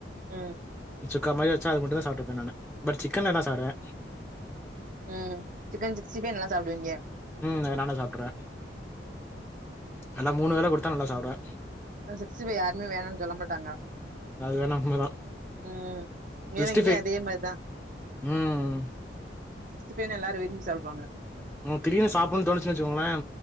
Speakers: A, on the right (about 45°); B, in the centre.
A: ம்
B: சுக்கா மாரி வச்சா அது மட்டுந்தா சாப்ட்ருப்பே நானு பட் சிக்கன் எல்லா சாப்டுவே
A: ம் சிக்கன் சிக்ஸ்டி ஃபைவ் நல்லா சாப்டுவிங்க
B: ம் அது நல்லா சாப்ட்றே நல்லா மூணு வேலை குடுத்தா நல்லா சாப்டுவே
A: அ சிக்ஸ்ட்டி ஃபைவ் யாருமே வேணான் சொல்ல மாட்டாங்க
B: அது வேணா உண்மதா
A: ம்
B: சிக்ஸ்டி
A: ஏனா இங்கயி
B: ஃபைவ்
A: அதே மாரிதா
B: ம்
A: சிக்ஸ்டி ஃபைவ்னா எல்லாரு விரும்பி சாப்டுவாங்க
B: உங்ளுக் திடீர்னு சாப்டனு தோனுச்சுன வச்சுகோங்ளே